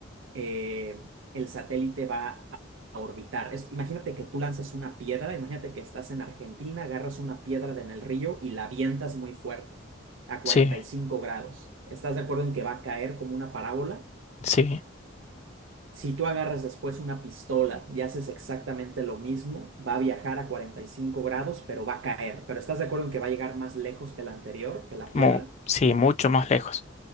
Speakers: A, on the right; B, on the left.
A: eh, el satélite va a a orbitar. Es- imagínate que tú lanzas una piedra, imagínate que estás en Argentina, agarras una piedra de en el río y la avientas muy fuerte, a cuarenta
B: Sí,
A: y cinco grados. ¿Estás de acuerdo en que va a caer como una parábola?
B: sí,
A: Si tú agarras después una pistola y haces exactamente lo mismo, va a viajar a 45 grados, pero va a caer. Pero ¿estás de acuerdo en que va a llegar más lejos que la anterior, que la piedra?
B: mu- sí, mucho más lejos.